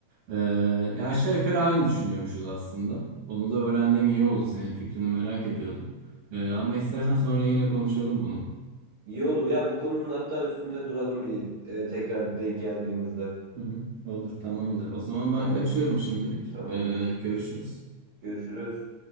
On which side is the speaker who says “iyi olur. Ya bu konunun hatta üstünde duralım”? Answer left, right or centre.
Right